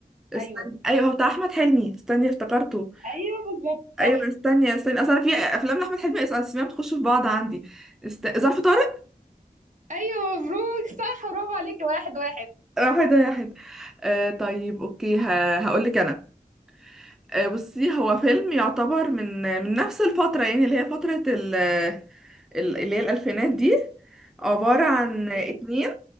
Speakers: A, in the centre; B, on the right.
A: استنى
B: ايوه
A: ايوه هو بتاع احمد حلمي استني افتكرته
B: ايوه بالظبط
A: ايوه
B: صح
A: استني استني اصل انا في افلام لاحمد حلمي اس- اسمها بتخش في بعض عندي است... ظرف طارق
B: ايوه مبروك صح برافو عليكي واحد واحد
A: آه، واحد آه، واحد آه طيب اوكي ه... هقول لك انا آه بصي هو فيلم يعتبر من من نفس الفتره يعني اللي هي فتره ال... ال- اللي هي الالفينات دي عباره عن
B: اوكي
A: اتنين